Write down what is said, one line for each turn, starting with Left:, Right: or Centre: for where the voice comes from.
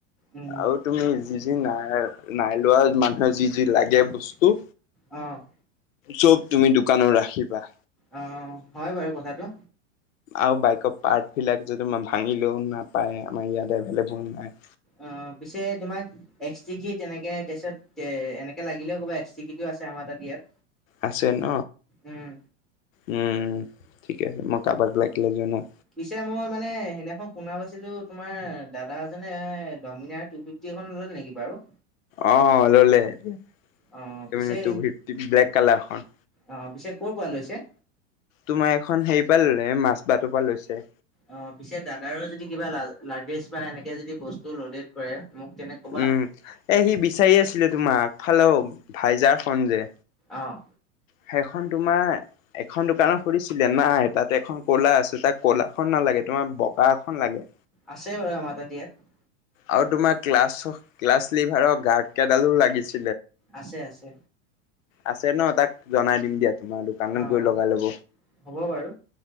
Centre: উম
Left: আৰু তুমি যি নাই নাই লোৱা মানুহে যি যি লাগে বস্তু।
Centre: অ'।
Left: চব তুমি দোকানৰ ৰাখিবা।
Centre: অ, হয় বাৰু কথাটো।
Left: আৰু বাইকৰ পাৰ্ট বিলাক যদি তোমাৰ ভাঙিলেও নাপায় আমাৰ ইয়াত এভলেবল নাই।
Centre: অ' পিছে তোমাক এক্সটিকি তেনেকে তাৰপিছত এ এনেকে লাগিলেও ক'বা এক্সটিকিটো। আছে আমাৰ তাত ইয়াত।
Left: আছে ন
Centre: উম
Left: উম ঠিক আছে মই কাৰোবাক লাগিলে জনাম।
Centre: পিছে মই মানে সেইদিনাখন শুনা ছিলো তোমাৰ দাদা এজনে ডমিনাৰ টু ফিফটি খন লল নেকি বাৰু?
Left: অ ললে ডমিনেৰ
Centre: অ' পিছে
Left: টু ফিফটী ব্লেক কালাৰখন।
Centre: অ' পিছে ক'ৰ পৰা লৈছে?
Left: তোমাৰ এইখন হেৰি পৰা ল'লে, মাজবাটৰ পৰা লৈছে।
Centre: অ', পিছে দাদাৰো যদি কিবা লাৰ্ভেষ্ট, বা এনেকে যদি বস্তু লডেড কৰে। মোক তেনে ক'বা।
Left: উম, এই সি বিচাৰি আছিলে তোমাক, আগফালৰ ভাইজাৰখন যে
Centre: অ'
Left: সেইখন তোমাৰ এখন দোকানৰ সুধছিলে, নাই, তাত এখন ক'লা আছে, তাক ক'লাখন নালাগে। এই তোমাৰ বগা এখন লাগে।
Centre: আছে বাৰু আমাৰ তাত ইয়াত।
Left: আৰু তোমাৰ ক্লাছ, ক্লাছ লিভাৰৰ গাৰ্ড কেইডালো লাগিছিল।
Centre: আছে আছে।
Left: আছে ন, তাক জনাই দিম দিয়া, তোমাৰ দোকানত
Centre: অ'
Left: গৈ লগাই ল'ব।
Centre: হ'ব বাৰু।